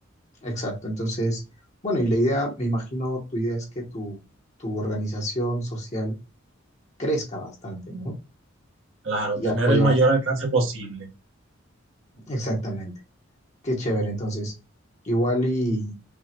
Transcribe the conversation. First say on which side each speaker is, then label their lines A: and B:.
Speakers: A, on the left (about 35°); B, on the right (about 75°).
A: exacto. Entonces, bueno, y la idea, me imagino, tu idea es que tu, tu organización social crezca bastante, ¿no?
B: Claro,
A: Y
B: tener
A: apoya
B: el mayor
A: bastante.
B: alcance posible.
A: Exactamente. Qué chévere, entonces, igual y,